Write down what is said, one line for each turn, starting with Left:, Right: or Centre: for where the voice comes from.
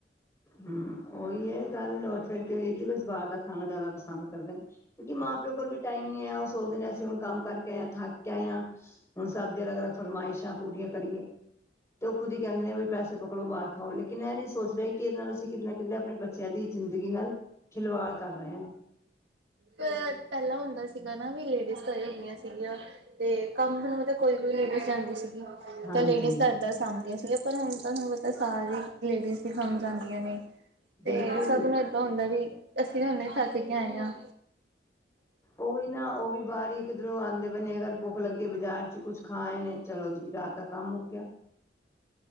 Left: ਹੂੰ, ਓਹੀ ਏ ਗਲ੍ਹ। ਹਲਉਠ ਫਿਰ ਕੇ ਏਕ ਈ ਬਸ ਬਾਹਰ ਦਾ ਖਾਣਾ ਜਾਦਾ ਪਸੰਦ ਕਰਦੇ ਨੇ। ਕਿਉਂਕ ਮਾਂ-ਪਿਓ ਕੋਲ ਵੀ ਟਾਈਮ ਨੀ ਐ, ਓ ਸੋਚਦੇ ਨੇ ਅਸੀ ਹੁਨ ਕੰਮ ਕਰਕੇ ਆਇ ਆਂ, ਥੱਕ ਕੇ ਆਇ ਆਂ। ਹੁਣ ਸਭ ਦੀ ਅਲੱਗ- ਅਲੱਗ ਫਰਮਾਇਸ਼ਾਂ ਪੂਰੀਆਂ ਕਰੀਏ। ਤੇ ਓ ਖੁਦ ਈ ਕੈਂਦੇ ਨੇ ਵੀ ਪੈਸੇ ਪਕੜੋ ਬਾਰ ਖਾਓ। ਲੇਕਿਨ ਐ ਨੀਂ ਸੋਚ ਰੇ ਕਿ ਏਦੇ ਨਾਲ ਅਸੀਂ ਕਿਤੇ ਨਾ ਕਿਤੇ ਆਪਣੇ ਬੱਚਿਆਂ ਦੀ ਜ਼ਿੰਦਗੀ ਨਾਲ ਖਿਲਵਾੜ ਕਰ ਰਏ ਆਂ।
Right: ਪਹਿਲਾਂ ਹੁੰਦਾ ਸੀਗਾ ਨਾ ਵੀ ਲੇਡੀਜ਼ ਘਰੇ ਹੁੰਦੀਆਂ ਸੀਗੀਆਂ। ਤੇ ਕੰਮ ਕਰਨ ਨੂੰ ਤੇ ਕੋਈ ਵੀ ਲੇਡੀਜ਼ ਜਾਂਦੀ ਸੀਗੀ
Left: ਹਾਂਜੀ
Right: ਤਾਂ ਲੇਡੀਜ਼ ਕਰ ਦਾਂ ਸਾਂਭਦੀਆਂ ਸੀਗੀਆਂ ਪਰ ਹੁਣ ਤਾਂ ਤੁਹਾਨੂੰ ਪਤਾ ਸਾਰੀ ਲੇਡੀਜ਼ ਵੀ ਕੰਮ ਜਾਂਦੀਆਂ ਨੇ।
Left: ਬਿਲਕੁਲ
Right: ਤੇ ਸਭ ਨੂੰ ਏਦਾਂ ਹੁੰਦਾ ਵੀ ਅਸੀਂ ਵੀ ਹੋਨੇ ਥੱਕ ਕੇ ਆਏ ਆਂ।
Left: ਓਹੀ ਨਾ ਓ ਵੀ ਬਾਰ ਈ ਕਿੱਧਰੋਂ ਆਂਦੇ ਪਏ ਨੇ ਅਗਰ ਭੁੱਖ ਲੱਗੀ ਏ, ਬਾਜ਼ਾਰ ਚ ਕੁੱਛ ਖਾ ਆਏ ਨੇ ਚਲੋ ਜੀ ਰਾਤ ਦਾ ਕੰਮ ਮੁੱਕ ਗਿਆ।